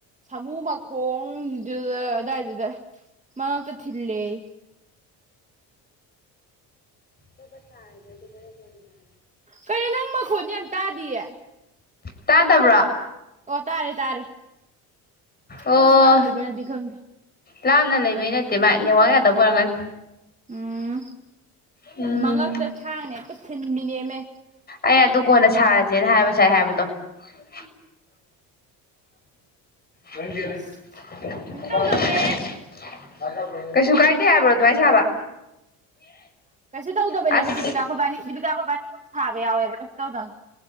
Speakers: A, on the right; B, on the left.
A: ꯁꯥꯃꯨ ꯃꯈꯣꯡꯗꯨꯗ ꯑꯗꯨꯗꯥꯋꯥꯏꯗꯨꯗ ꯃꯉꯛꯇ ꯊꯤꯜꯂꯦꯌꯦ
B: ꯑꯣꯣ ꯀ ꯊ ꯍꯥꯏꯗ ꯑꯗꯨ ꯃꯔ <inaudible>
A: ꯀꯔꯤꯅꯣ ꯅꯪ ꯃꯈꯣꯟꯗꯤ ꯌꯥꯝ ꯇꯥꯗꯤꯌꯦ
B: ꯇꯥꯗꯕ꯭ꯔꯣ
A: ꯑꯣ ꯇꯥꯔꯦ ꯇꯥꯔꯦ
B: ꯑꯣ
A: ꯅꯪ ꯂꯥꯞꯅ ꯂꯩꯕꯩꯔꯗꯤ ꯈꯪꯗꯦ
B: ꯂꯥꯞꯅ ꯂꯩꯕꯩ ꯅꯠꯇꯦ ꯃꯥ ꯅꯦꯋꯥꯥꯛ ꯌꯥꯗꯕ ꯑꯣꯏꯔꯝꯒꯅꯤ
A: ꯎꯝ
B: ꯎꯝ
A: ꯃꯉꯛꯇ ꯊꯥꯡꯅ ꯑꯦꯛꯇ ꯊꯤꯟꯕꯤꯅꯦꯃꯦ
B: ꯑꯩ ꯑꯗꯨ ꯀꯣꯟꯅ ꯁꯥꯔꯁꯦꯅ ꯍꯥꯏꯕ ꯁꯥꯏ ꯍꯥꯏꯕꯗꯣ ꯎꯝ inaudible <inaudible> ꯌꯦ ꯀꯅꯦꯃ
A: ꯑꯁ ꯀꯩꯁꯨ
B: inaudible
A: ꯇꯧꯗꯕꯅꯦ
B: <inaudible> ꯀꯩꯁꯨ ꯀꯥꯏꯗꯦ ꯍꯥꯏꯕ꯭ꯔꯣ ꯑꯗꯨꯃꯥꯏꯅ ꯁꯥꯕ
A: ꯀꯩꯁꯨ ꯇꯧꯗꯕꯅꯦꯕ
B: ꯑꯁ
A: ꯗꯤꯕꯤꯀꯥ ꯃꯕꯅꯤ ꯗꯤꯕꯤꯀꯥ ꯃꯥꯕꯥꯅꯤ ꯑꯗꯨꯝ ꯁꯥꯕ ꯌꯥꯎꯋꯦꯕ ꯀꯩꯁꯨ ꯇꯧꯗꯕꯅꯤ